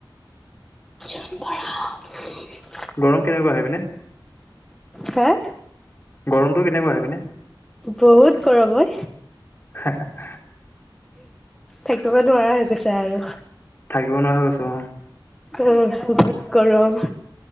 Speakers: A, in the centre; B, on the left.
A: <unintelligible>
B: গৰম কেনেকুৱা সেইপিনে?
A: হা
B: গৰমটো কেনেকুৱা সেইপিনে?
A: বহুত গৰম ঐ।
B: <unintelligible>
A: থাকিব নোৱাৰা হৈ গৈছে আৰু।
B: থাকিব নোৱাৰা হৈ গৈছো অ'।
A: উম বহুত গৰম।